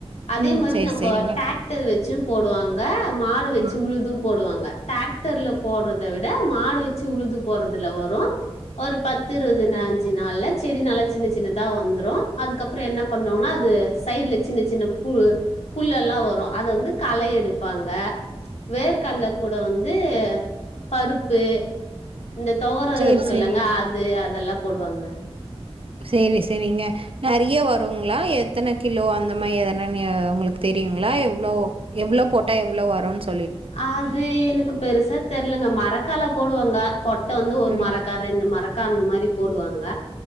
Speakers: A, on the left (about 85°); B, on the right (about 60°).
A: அதே
B: ம்.
A: மாதி
B: சேரி
A: நம்ப
B: சேரிங்க.
A: ட்டாக்டர் வச்சு போடுவாங்க மாடு வச்சு
B: ம்.
A: உழுதும் போடுவாங்க டிராக்டர்ல போட்றத விட மாடு வச்சு உழுது போறதுல வரும் ஒரு பத்து இருபது அஞ்சு நாள்ல செடி நல்லா சின்ன சின்னதா வந்துரும் அதுக்கப்புறம் என்ன பண்ணோம்னா அது சைட்ல சின்ன சின்ன பு புல்லெல்லாம் வரும் அத வந்து களை எடுப்பாங்க வேர்ககடல்லல கூட வந் து பருப்பு இந்த துவர
B: சேரி
A: இருக்குல்லங்க
B: சேரிங்க.
A: அது அதெல்லாம் போடுவாங்க
B: சேரி சேரிங்க நிறைய வருங்களா எத்தன கிலோ அந்த மாதிரி எதனன்னு உங்களுக்கு தெரியுங்களா எவ்ளோ எவ்வளோ போட்டா எவ்ளோ வரும் சொ
A: அது எனக்கு பெருசா தெர் ல்லங்க மரக்கால போடுவாங் ங்க கொட்ட வந்து ஒரு
B: ம்.
A: மரக்கா ரெண்டு மரக் க்கா அந்த மாரி போடுவாங்க